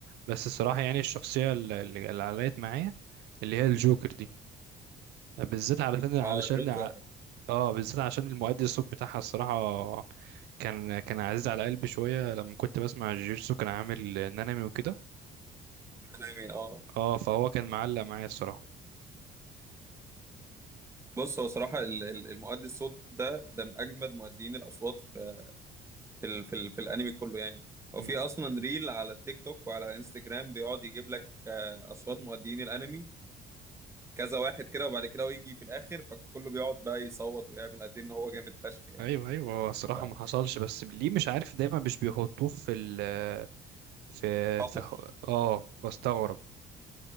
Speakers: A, on the right; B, on the right.
A: بس الصراحة يعني الشخصية اللي اللي علقت معايا اللي هي الجوكر دي بالذات علشان علشان
B: اه جوكر
A: ع- اه بالذات عشان المؤدي الصوت بتاعها الصراحة كان كان عزيز على قلبي شوية لما كنت بسمع جيجيتسو كان عامل نانامي وكده
B: انا مين اه
A: اه فهو كان معلق معايا الصراحة
B: بص هو صراحة ال- ال- المؤدي الصوت ده ده من اجمد مؤديين الاصوات في في ال في, ال في الانمي كله يعني هو
A: مم.
B: في اصلا ريل على التيك توك وعلى انستجرام بيقعد يجيب لك آه، اصوات مؤديين الانمي كذا واحد كده وبعد كده هو يجي في الاخر فكله بيقعد بقى يصوت ويعمل قد إيه ان هو جامد فشخ يعني
A: ايوه ايوه هو الصراحة
B: ف-
A: ما حصلش بس ليه مش عارف دايما مش بيحطوه في ال في
B: بطل
A: في ح- اه بستغرب